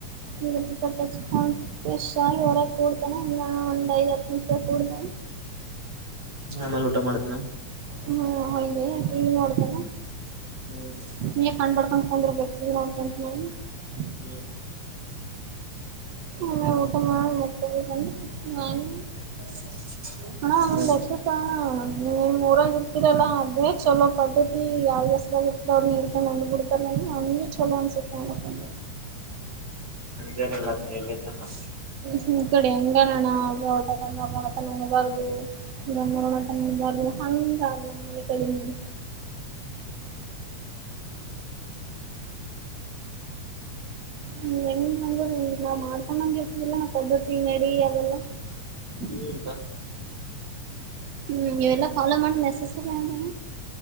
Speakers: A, on the right; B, on the right.
A: ವಿಭೂತಿ ಪಟ್ಟಕ್ಕೊಂಡ ಫ್ರೆಶ್ ಆಗಿ ಹೊರಕ್ಕೆ ಹೋಡ್ರು ಇನ್ನ ಒಂದ್ ಐದು ಹತ್ತು ನಿಮಿಷ ಕೂಡ್ದ
B: ಆಮೇಲೆ ಊಟ ಮಾಡಿದ್ನ
A: ಹ್ಮ್ ಹಾಗೆ ಟಿ ವಿ ನೋಡ್ತಾನ
B: ಹ್ಮ್
A: ಹಂಗೆ <unintelligible>
B: ಹ್ಮ
A: ಆಮೇಲೆ ಊಟ ಮಾಡಿ ಮಕ್ಕೊಂದು ನಾನು
B: <unintelligible>
A: ಅಣ್ಣ
B: ಹ್ಮ್
A: ಒಂದ್ ಲೆಕ್ಕಕೆ ನಿಮ್ ಊರಾಗಿ ಇರ್ತಿರಲ್ಲಾ ಅದೇ ಚಲೋ ಪದ್ಧತಿ ಮಸ್ವವಾಗಿರ್ತದವ್ರು ನೀಡ್ಕೊಂಡ ಹೊಂದ್ ಬಿಡ್ತಾರೆನ ನನ್ಗೆ ಚೊಲೋ ಅನ್ಸುತ್ತೆ
B: ನಂದೇನಿಲ್ಲತ್ತ ಎಲ್ಲಿದ್ದನ
A: ಹ್ಮ್ ಕಡೆ ಹೆಂಗಣ್ಣ ಆ ಊಟ ಮಾಡೋಡತ ಹಂಗಬಾರ್ದು <unintelligible> ಹಂಗ ನಮ್ಮ್ ಮನೆ ಕಡೆ ನೀಡಿ ಹ ಹೆಂಗ ಅಂದ ನಾವ್ ಮಾಡ್ಕೊಂಡಂಗಗೆ ಇರ್ತದಿಲ್ಲ ಪದ್ಧತಿ ನಡಿ ಅವೆಲ್ಲಾ
B: ಹ್ಮ ಬಾ
A: ಹ್ಮ್ ಇವೆಲ್ಲ ಫಾಲೋ ಮಾಡೋ ನೆಸಸರಿ ಅವದೇ